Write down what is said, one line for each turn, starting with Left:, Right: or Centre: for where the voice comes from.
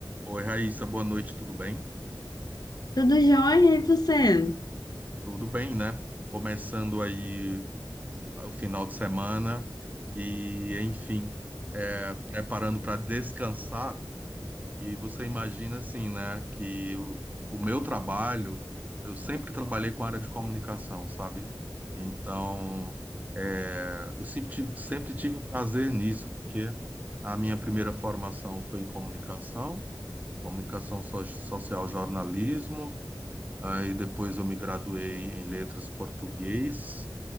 Right: Oi, Raíssa, boa noite, tudo bem?
Left: Tudo jóia, e você?
Right: Tudo bem, né? Começando aí o final de semana e, enfim, é, preparando para descansar. E você imagina, assim, né, que o, o meu trabalho, eu sempre trabalhei com a área de comunicação, sabe? Então, é, eu sempre tive, sempre tive prazer nisso, porque a minha primeira formação foi em comunicação, comunicação so- social, jornalismo. Aí depois eu me graduei em letras português